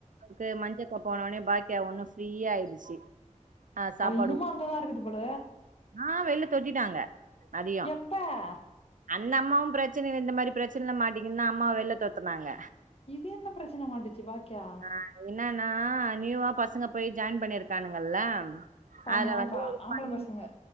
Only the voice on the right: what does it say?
க்கு மஞ்சக்கா போனோனே பாக்கியா ஒன்னு ஃப்ரீயா ஆயிடுச்சு ஆ சாப்பாடு
ஆ வெள்ல தொட்டிட்டாங்க அதையு
அந்த அம்மாவு பிரச்சனைல இந்த மாரி பிரச்சனைல்ல மாட்டீகுனுதா அம்மாவ வெள்ல தொரத்துனாங்க
ஆ என்னன்னா நியூவா பசங்க போய் ஜாயின் பண்ணிருக்கானுங்கல்ல
அதுல வந்து
ஒரு
பைய
கிட்ட